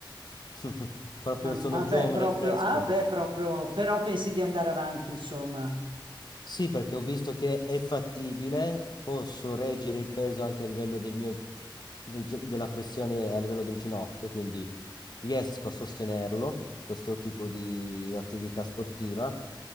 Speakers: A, on the left (about 55°); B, on the right (about 70°).
A: <laughs> Proprio
B: Ma,
A: sono
B: ah
A: giovane
B: beh, proprio,
A: e fresco.
B: ah beh, proprio, però pensi di andare avanti, insomma.
A: Sì, perché ho visto che è fattibile, posso reggere il peso anche a livello del mio, del gi- della pressione a livello del ginocchio, quindi riesco a sostenerlo, questo tipo di attività sportiva.